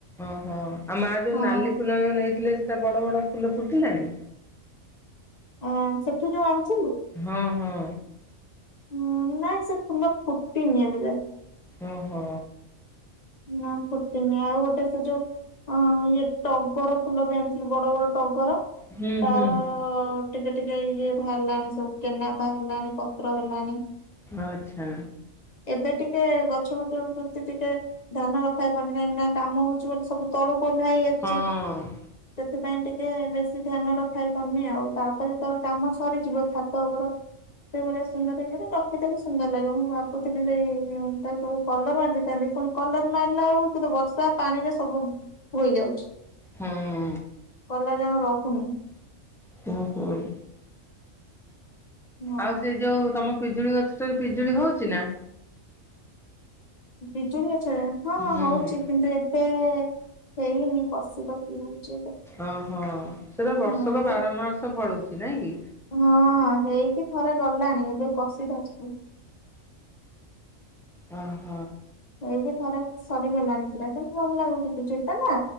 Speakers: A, in the centre; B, on the left.
A: ଅହୋ ଆଉ ମାଆ ଯୋଉ
B: ହଁ
A: ନାଲି ଫୁଲ ଏଉ ନେଇଥିଲେ ସେଟା ବଡ଼ ବଡ଼ ଫୁଲ ଫୁଟିଲାଣି?
B: ଆଁ ସେଠୁ ଯୋଉ ଆଣିଥିଲୁ?
A: ହୁଁ ହୁଁ।
B: ଉୁଁ ନାଇଁ ସେ ଫୁଲ ଫୁଟିନି ଏବେ ଯାଏ।
A: ଓ ହୋ।
B: ନା ଫୁଟିନି ଆଉ ଗୋଟେ ସେ ଯୋଉ ହଁ ଇଏ ଟଗର ଫୁଲ ବି ଆଣିଥିଲି ବଡ଼ ବଡ଼ ଟଗର
A: ହୁଁ
B: ତାର
A: ହୁଁ
B: ଟିକେ ଟିକେ ଇଏ ବାହାରିଲାଣି ସବୁ କେନା ବାହାରିଲାଣି ପତ୍ର ହେଲାଣି।
A: ଅଚ୍ଛା।
B: ଏବେ ଟିକେ ଗଛ ପତ୍ର ପ୍ରତି ଟିକେ ଧ୍ୟ୍ୟାନ ରଖା ହେଇ ପାରୁନି କାହିଁକି ନା କାମ ହଉଚ଼ି ବୋଲି ସବୁ ତଳୁକୁ ଓଲ୍ହା ହେଇ ଆସଚି।
A: ହଁ
B: ସେଥିପାଇଁ ଟିକେ ବେଶୀ ଧ୍ୟାନ ରଖା ହେଇପାରୁନି ଆଉ ତାପରେ ତଳ କାମ ସରିଯିବ ଛାତ ଓପର ସେଇ ଭଳିଆ ସୁନ୍ଦର ହେଇଗଲେ ରଖିଦେମି ସୁନ୍ଦର ଲାଗିବ ମୁଁ ଭାବୁଥିଲି ସେଇ ତାକୁ କବୁ କଲର ମାରି ଦେଇଥାନ୍ତି ପୁଣି କଲର ମାରିଲା ଅଳୁ ତତେ ବର୍ଷା ପାଣିରେ ସବୁ ହୋଇଯାଉଛି।
A: ହଁ।
B: କଲର ଯାଙ୍କ ରହୁନି।
A: ଓହୋଇ
B: ହଁ।
A: ଆଉ ସେ ଯୋଉ ତମ ପିଜୁଳି ଗଛଟାରେ ପିଜୁଳି ହଉଚି ନାଁ?
B: ପିଜୁଳି ଗଛରେ ହଁ
A: ହୁଁ
B: ହଉଚି କିନ୍ତୁ ଏ ତେ ହେଇନି କଷି କଷି ହଉଚି ଏବେ।
A: ଅହ ସେ ତ ବର୍ଷକ
B: ହଁ ସେ
A: ବାରମାସ ଫଳୁଚି, ନାଇଁ କି?
B: ହଁ ହେଇକି ଥରେ ଗଲାଣି ଏବେ କଷି ଧରଚି।
A: ଅହ।
B: ଏଇ ଯେ ଥରେ ସରିଗଲାଣି ପୁରା କିନ୍ତୁ ଭଲ ଲାଗୁଚି ପିଜୁଳିଟା ନା।